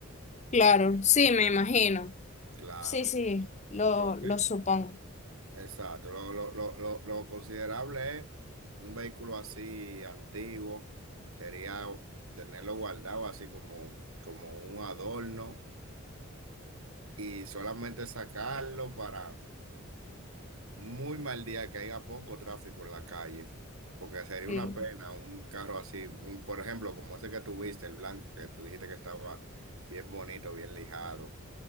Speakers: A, on the left (about 30°); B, on the right (about 85°).
A: Claro, sí, me imagino.
B: Claro.
A: Sí, sí, lo,
B: Entonces,
A: lo supongo.
B: exacto. Lo, lo, lo, lo, lo considerable es un vehículo así antiguo, sería tenerlo guardado así como, como un adorno y solamente sacarlo para muy mal día que haya poco tráfico en la calle. Porque sería
A: Sí.
B: una pena un carro así, un, por ejemplo, como ese que tuviste, el blanco, que tú dijiste que estaba bien bonito, bien lijado.